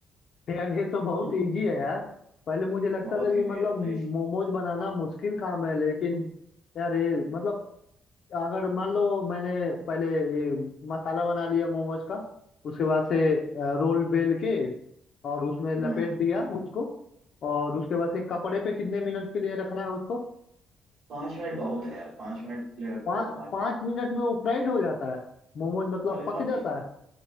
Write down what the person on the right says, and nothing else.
में।
बहुत
इजी
है भाई
हम्म हम्म।
पाँच मिनट बहुत है यार पाँच मिनट के लिए रखो
पाँच
मिनट खा लो।
अरे
हाँ
इस-